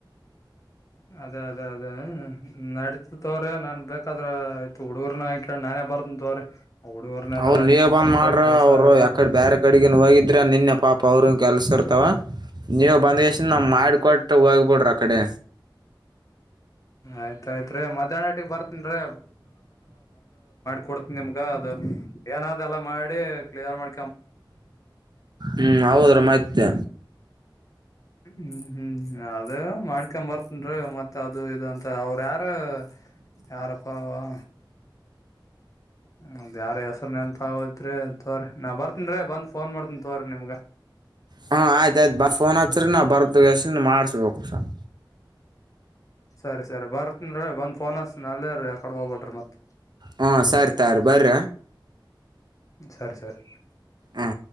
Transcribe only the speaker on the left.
ಅದೇ ಅದೇ ಅದೇ ನಡೀತತ್ ತಗೋರಿ ನನ್ ಬೇಕಾದ್ರ ಆಯ್ತು ಹುಡುಗರ್ನಕಿ. ನಾನೇ ಬರ್ತಿನ್ ತಗೋರಿ ಹುಡಗುರ್ನೆಲ್ಲ
ನಾಮ್ಕೆದ್
ಕುಂತ್ರೆ
ಕೆಲಸಗಲ್ಲ.
ಆಯ್ತಾಯ್ತ್ರಿ ಮಧ್ಯಾಹ್ನಟಿಗೆ ಬರ್ತನ್ರೀ ಕೊಡ್ತ ನಿಮ್ಗ ಅದು ಏನಾದ ಎಲ್ಲಾ ಮಾಡಿ ಕ್ಲಿಯರ್ ಮಾಡ
ಹ್ಮ್ ಹ್ಮ್ ಅದೇ ಮಾಡ್ಕೊ ಬರ್ತೇನ್ರೀ ಮತ್ತ ಅದು ಇಂದು ಅಂತ್ ಅವ್ರ ಯಾರು ಯಾರಪ್ಪ ಆವಾ ಹದ್ ಯಾರ ಹೆಸರು ನೆನ್ಪೋತ್ರಿ ನಾ ಬರ್ತನ್ ರೀ ಬಂದ ಫೋನ್ ಮಾಡ್ತನ್ ತೋರ್ ನಿಮ್ಗ
ಸರಿ ಸರಿ ಬರ್ತನ್ ಇರಿ ಬಂದ ಫೋನ್ ಹಚ್ ತಿನ್ ಅಲ್ಲೇ ರೀ ಯಕಡೆ ಹೋಗ್ಬೇಡ್ರಿ ಮತ್
ಸರಿ ಸರಿ